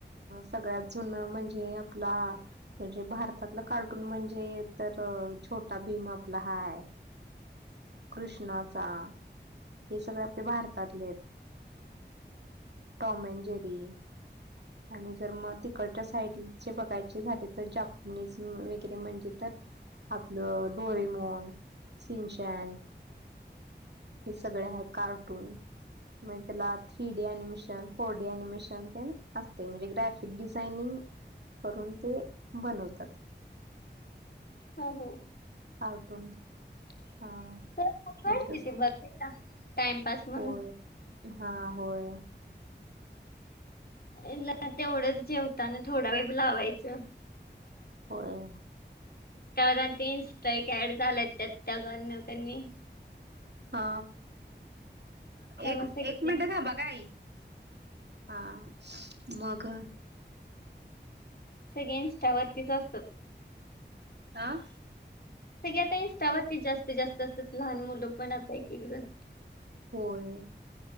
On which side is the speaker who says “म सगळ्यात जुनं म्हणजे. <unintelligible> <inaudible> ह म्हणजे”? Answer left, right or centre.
Right